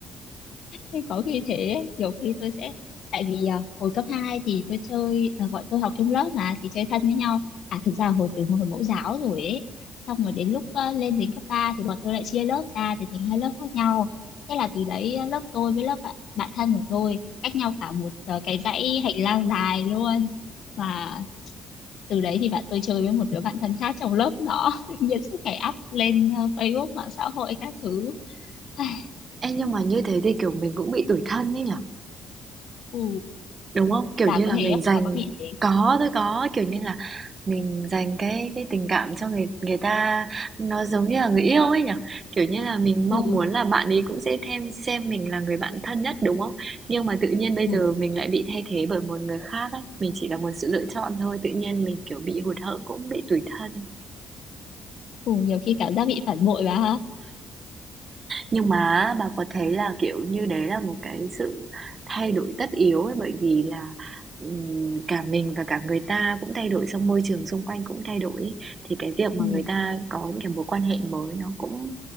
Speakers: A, on the left; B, on the right.
A: Thế có khi thế ấy, nhiều khi tôi sẽ tại vì à, hồi cấp 2 thì tôi chơi à, bọn tôi học chung lớp mà thì chơi thân với nhau à thực ra hồi từ hồi mẫu giáo rồi ấy xong rồi đến lúc à, lên đến cấp 3 thì bọn tôi lại chia lớp ra thì thành hai lớp khác nhau thế là từ đấy à, lớp tôi với lớp bạn bạn thân của tôi cách nhau cả một à, cái dãy hành lang dài luôn và từ đấy thì bạn tôi chơi với một đứa bạn thân khác trong lớp nó <laughs> tự nhiên suốt ngày up lên à, Facebook mạng xã hội các thứ Ai,
B: Ê nhưng mà như thế thì kiểu mình cũng bị tủi thân ấy nhở?
A: ừ,
B: Đúng không? Kiểu
A: bà
B: như là
A: có
B: mình
A: thế không
B: dành
A: bà có bị thế
B: có, tôi có, kiểu như là mình dành cái cái tình cảm cho người người ta nó giống như là người yêu ấy nhỉ? Kiểu như là mình mong
A: ừ,
B: muốn là bạn ấy cũng sẽ thêm xem mình là người bạn thân nhất đúng không? Nhưng mà tự nhiên bây
A: ừ,
B: giờ mình lại bị thay thế bởi một người khác ấy, mình chỉ là một sự lựa chọn thôi, tự nhiên mình kiểu bị hụt hẫng cũng bị tủi thân.
A: ừ, nhiều khi cảm giác bị phản bội bà ha
B: Nhưng mà bà có thấy là, kiểu như, đấy là một cái sự thay đổi tất yếu ấy, bởi vì là, ừm, cả mình và cả người ta cũng thay đổi, xong môi trường xung quanh cũng thay đổi ấy. Thì cái việc mà
A: ừ.
B: người ta có những cái mối quan hệ mới nó cũng